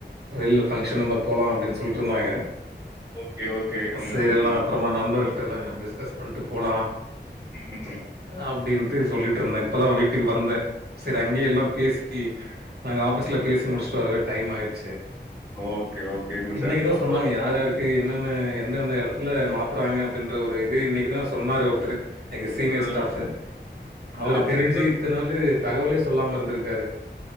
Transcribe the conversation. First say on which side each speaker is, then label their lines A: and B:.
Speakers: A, on the right; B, on the right.
A: வெளில ஃபங்க்ஷன் இருந்தா போலா அப்டின் சொல்ட்டுருந்தாங்க
B: கே ஓகே ம்
A: செரி எல்லா அப்றமா நண்பர்கள்ட்டலா டிஸ்கஸ் பண்ட்டு போலா
B: ம் ம் ம்
A: அப்பனடின்ட்டு சொல்லிட்டுருந்தே இப்பதா வீட்டுக்கு வந்தே சரி அங்கே எல்லா பேசி சி நாங்க ஆஃபிஸ்ல பேசி முடிச்சுட்டு வரவே டைம் ஆயிடுச்சு
B: ஓகே ஓகேங்க சார்
A: இன்னைக்குதா
B: ரொம்ப
A: சொன்னாங்க யார் யாருக் கு என்னென்ன எந்தெந்த எடத்துல மாத்துறாங்க அப்டின்ற ஒரு இது இன்னைக்குதா சொன்னாரு ஒருத்தரு எங்க சீனியர்
B: சந்தோஷம்.
A: ஸ்டாஃப் அவரு
B: அப்படி
A: தெரிஞ்சு
B: எதுவும்
A: இத்த நாள் தகவலே சொல்லாம இருந்திருக்காரு